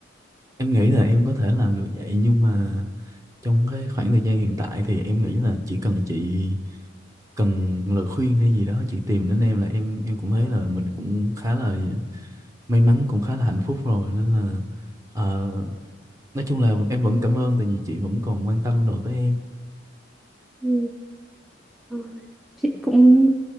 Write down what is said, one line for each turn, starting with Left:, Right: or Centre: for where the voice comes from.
Right: em nghĩ là em có thể làm được vậy nhưng mà trong cái khoảng thời gian hiện tại thì em nghĩ là chỉ cần chị cần lời khuyên hay gì đó chị tìm đến em là em em cũng thấy là mình cũng khá là may mắn cũng khá là hạnh phúc rồi nên là ờ, nói chung là em vẫn cảm ơn tại vì chị vẫn còn quan tâm đồ tới em
Centre: Ừ. Thôi. chị cũng